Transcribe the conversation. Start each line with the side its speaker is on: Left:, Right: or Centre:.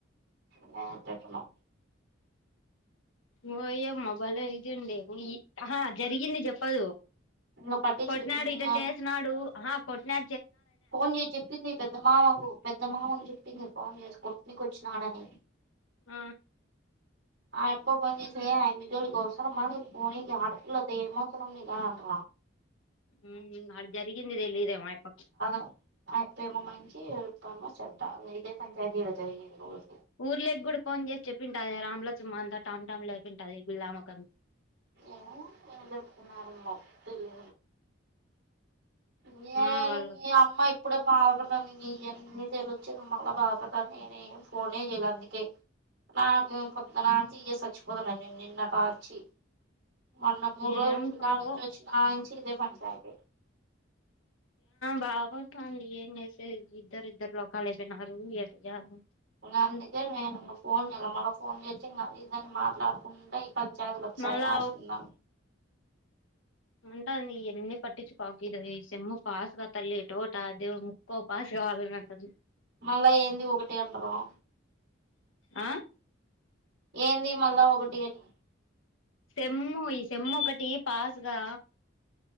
Right: క తిట్టను
Left: ఇంగో ఇయ్యే మా బలే ఇదింది ఆహ జరిగింది చెప్పదు
Right: ఇంగ పట్టించు
Left: కొట్టినాడు
Right: ఇంగ
Left: ఇట్ట చేసినడు అహ కొట్నా
Right: ఫోన్ చేసి చెప్పింది పెద్ద మావకు పెద్ద మావకు చెప్పింది ఫోన్ చేసి కొ ట్నీకి వచ్చినాడని
Left: ఆ
Right: ఆ యప్పకు ఫోన్ చేసి ఆయమ్మీ జోలికి అవసరమా మీరు పోనీకి ఆడపిల్లతో ఏం అవసరం నీకు అంట
Left: హు అడ జరిగిందిది తెలిదే ఆయప్పకు
Right: అ యప్పేమో మంచి ఇ యప్పేమో చెడ్డ ఇదే పంచాయతీ ఈడ జరిగేది రోజు
Left: ఊర్ లేకి కూడా ఫోన్ చేసి చెప్పింట అదే రామ్ల సుమ్మ అంతా టామ్ టామ్ లే వింటది గుల్లామొకం
Right: ఏ ఎంతకున్నార్మ తెలి నేను
Left: మా వాళ్
Right: ఈ అమ్మ ఇప్పుడే బాధపడుతుంది ఇ అన్నీ తెలిచ్చి మళ్ళీ బాధపడతను నేనేం ఫోనే చేయ్యలే అందుకే నాకేం పొద్దునంచి ఇయే చచ్చిపోతున నేను నిన్నటంచి మొన్న మూడు రోజు
Left: ఏం
Right: ఊరిగా
Left: పావో
Right: నుంచి వచ్చిన నుంచి ఇదే పంచాయతీ
Left: వాపు పంది ఇద్దరు ఇద్దరు లోకలయిపోయినారు ఏంజేయలో
Right: ఇంకా అందుకే నేను ఇ ఫోన్ నిల మళ ఫోన్ చేచ్చి ఇంకా అది ఇదిని మాట్లాడుకుంటడా పంచాయత బసాయి
Left: మళ్ళా
Right: ఆషంద
Left: ఉంటా ఎన్న పట్టి చు పగద చెమ్ము పాస్గాల్లి తోట అది ముకు పాసక వాళ్ళంటదు
Right: మళ్ళా ఏంది ఒకటి అంటుదాం
Left: ఆ
Right: ఏంది మళ్ళా ఒకటి అని
Left: సమ్ము ఈ సమ్ము ఒకటి పాస్గా